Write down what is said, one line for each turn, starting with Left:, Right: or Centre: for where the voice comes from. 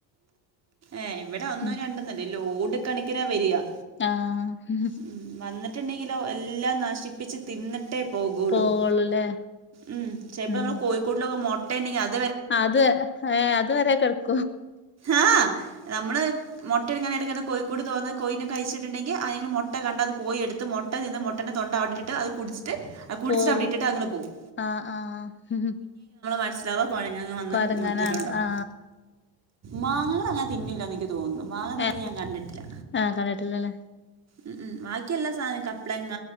Right: എ ഇവിടെ ഒന്നും
Left: ഉം
Right: രണ്ടൊന്നല്ല ലോഡ് കണക്കിനാ വരിക
Left: ആഹ്
Right: ഉം, <inaudible> എല്ലാം നശിപ്പിച്ച് തിന്നിട്ട് <unintelligible>
Left: പോവുള്ളൂല്ലേ
Right: ഉം ചിലപ്പോ
Left: ഉം
Right: നമ്മൾ കോഴിക്കൂട്ടിലൊക്കമുട്ട ഉണ്ടെങ്കിൽ അത്
Left: അത് എ അത് വരെ ക <unintelligible>
Right: ആഹ്.. ഞാൻ ചേച്ചിയുടെ സമൃദ്ധമായ ഒരു ബാക്ക് അപ്പ് കമ്പനികൾനമ്മുടെ മൊട്ട മുട്ട ഇങ്ങനെ എടുക്കുന്ന കോഴിക്കൂട് തുറന്ന് കോഴീനെ കഴിച്ചിട്ടുണ്ടെങ്കിൽ അതുങ്ങൾ മുട്ട കണ്ട് അത് പോയെടുത്ത് മുട്ട നിന്ന് മുട്ടയുടെ തൊണ്ട അവിടിട്ടിട്ട് അത് കുടിച്ചിട്ട് കുടിച്ചിച്ച്
Left: പോവും
Right: അവിടിട്ടിട്ട് അങ്ങനെ പോവും
Left: ആഹ് ആഹ് ഉം
Right: മനസ്സിലാവുക കുഴങ്ങ് വന്ന്
Left: കൊരങ്ങനാണ്
Right: മുതിരുണ്ടാവും
Left: ആ
Right: മാങ്ങകൾ അങ്ങനെ തിന്നില്ലന്ന് എനിക്ക് തോന്നുന്നു. മാങ്ങ തിന്നുന്നെ
Left: ഏഹ്
Right: ഞാൻ കണ്ടിട്ടില്ല.
Left: ആഹ് കണ്ടിട്ടില്ലല്ലേ
Right: ഉം ഉം ബാക്കിയെല്ലാ സാധനവും കക്കും